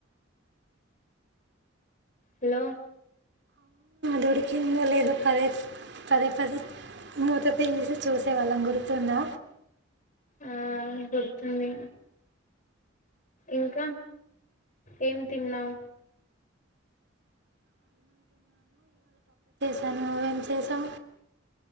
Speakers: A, on the left; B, on the right.
A: హలో
B: దొడికిందో లేదో పదే పదే పద మూత తీసి చూసేవాళ్ళం గుర్తుందా
A: ఆ గుర్తుంది ఇంకా ఏం తిన్నావు
B: దని మవ్వేం చేసాం